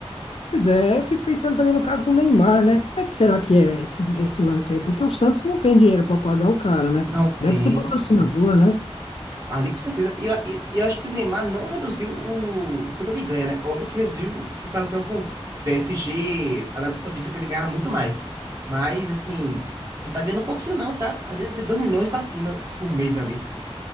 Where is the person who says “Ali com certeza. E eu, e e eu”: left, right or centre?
Right